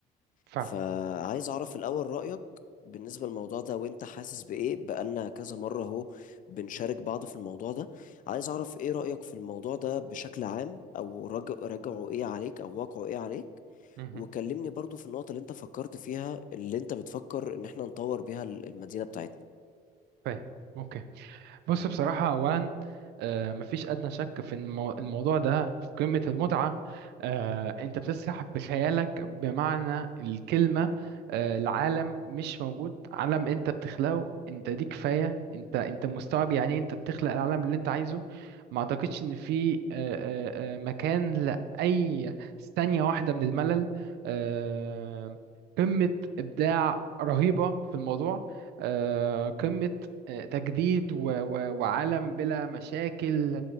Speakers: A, on the right; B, on the left.
A: فاهم
B: فعايز اعرف الاول رأيك بالنسبة للموضوع ده وانت حاسس بايه بقالنا كذا مرة اهو بنشارك بعض في الموضوع ده عايز اعرف ايه رأيك في الموضوع ده بشكل عام او رج- رجعه ايه عليك او واقعه ايه عليك
A: مهم.
B: وكلمني برضو في النقطة اللي انت فكرت فيها اللي انت بتفكر ان احنا نطور بيها المدينة بتاعتنا
A: فاهم اوكي بص بصراحة أولا آه، مفيش أدنى شك في إن المو- الموضوع ده في قمة المتعة آه، أنت بتسرح بخيالك بمعنى الكلمة آه، العالم مش موجود عالم أنت بتخلقه أنت دي كفاية أنت أنت مستوعب يعني إيه أنت بتخلق العالم اللي أنت عايزه ما أعتقدش إن في آه، آه، آه، مكان لأي ثانية واحدة من الملل آه، قمة إبداع رهيبة في الموضوع آه، قمة آه، تجديد و- و- وعالم بلا مشاكل